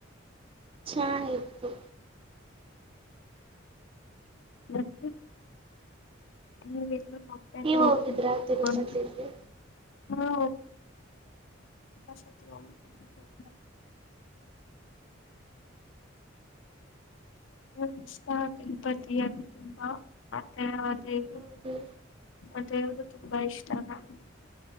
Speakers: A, on the right (about 25°); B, on the left (about 75°).
A: ಚೆನಾಗಿತ್ತು.
B: ಮತ್ತು ನೀವೆಲ್ಲೂ ಮಕ್ಕಳು
A: ನೀವ್
B: ಹೋಗ್ಬೇಕು
A: ಹೋಗಿದ್ರಾ
B: ಅನ್ಕೊಂಡು
A: ತಿರುಪತಿಗೆ.
B: ಹಾ <unintelligible> ನಂಗ್ ಇಷ್ಟ ತಿರುಪತಿ ಅಂದ್ರೆ ತುಂಬಾ ಮತ್ತೆ ಅ ದೇವ್ರು
A: ಹೌದು
B: ಅ ದೇವ್ರು ತುಂಬಾ ಇಷ್ಟ ನಂಗೆ.